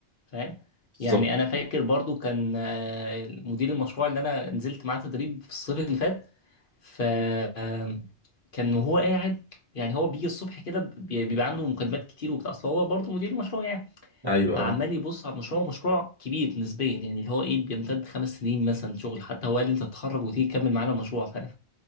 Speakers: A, on the left; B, on the right.
A: فاهم
B: بالظبط
A: يعني انا فاكر برضو كان آه، مدير المشروع اللي انا نزلت معاه تدريب في الصيف اللي فات ف آه، كان وهو قاعد يعني هو بيجي الصبح كده بي- بيبقى عنده مكالمات كتير وبتاع اصل هو برضه مدير مشروع يعني
B: ايوه
A: فعمال
B: اه
A: يبص على المشروع مشروع كبير نسبيا يعني اللي هو ايه بيمتد خمس سنين مثلا شغل حتى هو قال لي انت تتخرج وتيجي تكمل معانا المشروع فاهم